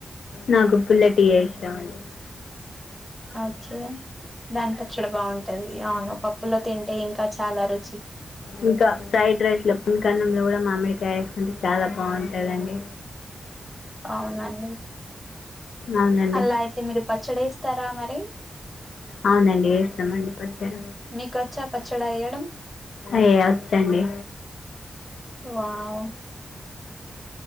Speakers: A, on the left; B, in the centre.
A: నాకు పుల్ల టియే ఇష్టం అండి
B: ఓకే దాని పచ్చడి బాంటది అవును పప్పులో తింటే ఇంకా చాలా రు
A: ఇంకా ఫ్రైడ్ రైస్ లో పింకన్నంలో కూడా మామిడికాయ ఏసుకుంటే చాలా బాగుంటదండి.
B: అవునండి.
A: అవునండి
B: అలా అయితే మీరు పచ్చడేస్ తరా మరీ.
A: అవునండి ఏస్తమండి పచ్ చడ
B: మీకొచ్చా పచ్చడి వేయడం
A: అయే వచ్చండి.
B: వావ్!